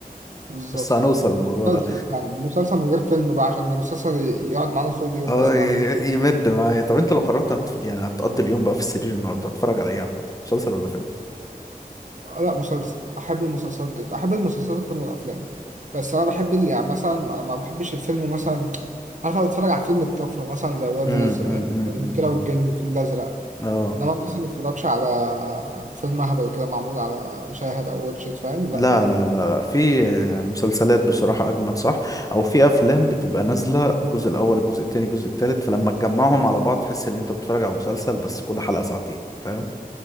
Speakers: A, on the right (about 55°); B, on the left (about 20°).
A: بالظبط
B: بس هنوصل للموضوع
A: مسلسل
B: ده
A: فعلا مسلسل من غير فيلم بقى عشان المسلسل يقعد معانا طول اليوم
B: اه
A: مثلا
B: ي-
A: أو
B: يمد معايا طب انت لو قررت هتف... يعني هتقضي اليوم بقى في السرير النهارده هتتفرج على ايه عامه مسلسل ولا فيلم
A: لا مسلسل أحب المسلسلات جدا أحب المسلسلات أكتر من الأفلام بس أنا بحب اللي يعني مثلا ما ما بحبش الفيلم مثلا عارف أنا بتفرج على فيلم الطفرة مثلا زي ولاد
B: امم
A: رزق آه،
B: امم امم
A: الكيرة
B: أمم، أمم.
A: والجن الفيل الأزرق
B: اه
A: إنما مثلا ما بتفرجش على فيلم أهبل كده معمول على شاهد أو واتشت فاهم
B: لا
A: لا
B: لا لا لا في مسلسلات بصراحة أجمد صح أو في أفلام بتبقى نازلة الجزء الأول الجزء التاني الجزء التالت فلما تجمعهم على بعض تحس إن أنت بتتفرج على مسلسل بس كل حلقة ساعتين فاهم